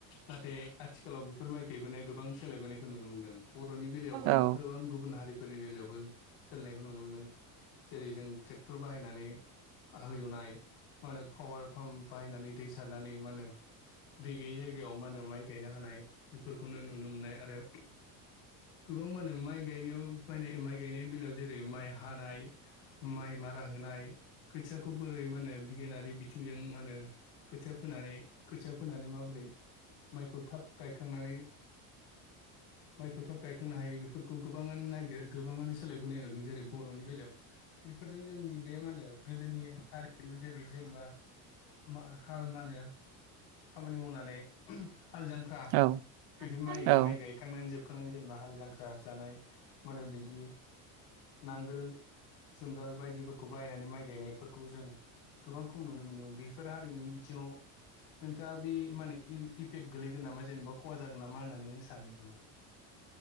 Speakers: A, on the left; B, on the right.
A: नाथाय आथिखालाव बेफोर माइ गायबोनाया गोबां सोलायबोनायखौ नुनो मोनदों बर'नि बेलायावबो
B: औ
A: नङा गोबां गुबुन हारिफोरनि बेलायावबो सोलिनायखौ नुनो मोन्दों जेरै जों ट्रेक्टर बाहायनानै हालेवनाय मा होनो पावार पाम्प बाहायनानै दै सारनानै मा होनो दै गैयै जायगायाव मा होनो माइ गायनो हानाय बेफोरखौनो नुनो मोननाय आरो गोबां मा होनो माइ गायनायाव बायनाय माइ गायनाय बेलायाव जेरै माइ हानाय माइ मारा होनाय खोथियाखौ बोरै मा होनो बिगियानारि माहोनो <unintelligible> खोथिया फोनानै माइखौ थाब गायखांनानै माइखौ थाब गायखांनो हायो बेफोर फोरखौ गोबाङानो नागिर गोबाङानो सोलायबोनाय नुदों जेरै बर'नि बेलायाव बेफोरजों जोंनि बे मा होनो गोदोनि आरिमु जेरै जेनेबा मा होनो खामानि मावनानै नै हाल जांख्रा
B: औ
A: बिदि माइ
B: औ
A: माइ गायखांनानै जोब खुखांनानै जेनेबा हाल जांख्रा जानाय माने बिदि नांगोल जुंगाल बायदिफोरखौ बायनानै माइ गायनाय फोरखौ जों गोबां खम नुनो मोनदों बेफोर हारिमुनि बिथिङाव नोंथाङा बे माने इफेक्ट गोलैगोन नामा जेनेबा खहा जागोन नामा होननानै नों सानो नामा